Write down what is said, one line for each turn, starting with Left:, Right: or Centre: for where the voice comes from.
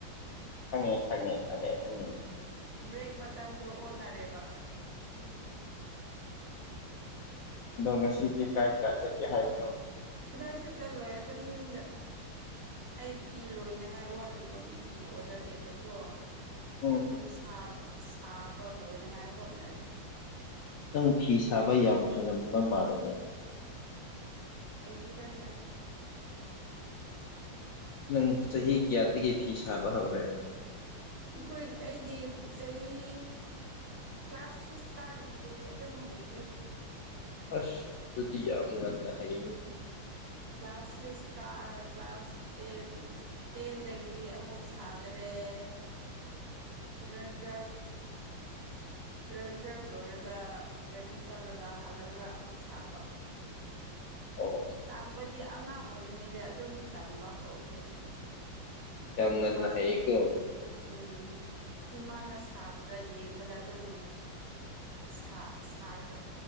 Left: ꯈꯪꯉꯦ ꯈꯪꯉꯦ ꯈꯪꯉꯦ ꯑꯩ
Right: ꯕ꯭ꯔꯦꯛ ꯃꯇꯝꯗꯣ ꯑꯣꯟꯅꯔꯦꯕ
Left: ꯎꯝ ꯑꯗꯣ ꯉꯁꯤꯗꯤ ꯀꯂ꯭ꯥꯁ ꯀꯌꯥ ꯆꯠꯀꯦ ꯍꯥꯏꯕ꯭ꯔꯣ
Right: ꯀꯗꯥꯏꯁꯨ ꯆꯠꯂꯣꯏ ꯑꯗꯨꯝ ꯌꯨꯝꯗ ꯑꯩ ꯐꯤ ꯂꯣꯏꯅꯉꯥꯏ ꯋꯥꯠꯂꯤꯕ ꯃꯤꯒꯤ ꯑꯣꯗꯔꯅꯦꯕꯀꯣ
Left: ꯎꯝ
Right: ꯑꯗꯨ ꯁꯥꯕ ꯂꯣꯏꯅꯉꯥꯏ ꯍꯣꯠꯅꯔꯤ
Left: ꯅꯪ ꯐꯤ ꯁꯥꯕ ꯌꯥꯝ ꯍꯩꯔꯝꯕ ꯃꯥꯂꯦꯅꯦ
Right: ꯑꯩꯗꯤꯗ ꯌꯥꯝ
Left: ꯅꯪ ꯆꯍꯤ ꯀꯌꯥꯗꯒꯤ ꯐꯤ ꯁꯥꯕ ꯍꯧꯔꯦ
Right: ꯑꯩꯈꯣꯏꯗꯤ ꯑꯩꯗꯤ ꯆꯍꯤ ꯀ꯭ꯂꯥꯁ ꯁꯤꯛꯁ ꯀꯥꯔꯤꯉꯩꯗꯒꯤ ꯑꯗꯨꯝ ꯍꯩꯈ꯭ꯔꯦ
Left: ꯑꯁ ꯗꯨꯗꯤ ꯉꯟꯅ ꯍꯩꯅꯦ
Right: ꯀ꯭ꯂꯥꯁ ꯁꯤꯛꯁ ꯀꯥꯔ ꯀ꯭ꯂꯥꯁ ꯇꯦꯟ ꯇꯦꯟꯗꯒꯤ ꯑꯃꯨꯛ ꯁꯥꯗꯔꯦ <inaudible> ꯏꯂꯚꯦꯟ ꯇ꯭ꯨꯋꯦꯜꯚ ꯏꯂꯚꯦꯟ ꯇ꯭ꯋꯦꯜꯚ ꯂꯣꯏꯔꯒ ꯇ꯭ꯔꯦꯟꯅꯤꯡ ꯆꯠꯂꯒ ꯍꯜꯂꯛꯂꯒ ꯑꯃꯨꯛ ꯁꯥꯕ
Left: ꯑꯣ
Right: ꯇꯝꯕꯗꯤ ꯑꯉꯥꯡ ꯑꯣꯏꯔꯤꯉꯩꯗ ꯑꯗꯨꯝ ꯇꯝꯕ ꯍꯧꯈ꯭ꯔꯦꯕ
Left: ꯌꯥꯝ ꯉꯟꯅ
Right: ꯏꯃꯥ
Left: ꯍꯩꯌꯦꯀꯣ
Right: ꯎꯝ ꯏꯃꯥꯅ ꯁꯥꯕꯗ ꯌꯦꯡꯕꯗ ꯑꯗꯨꯝ ꯁꯥ ꯁꯥꯔꯒ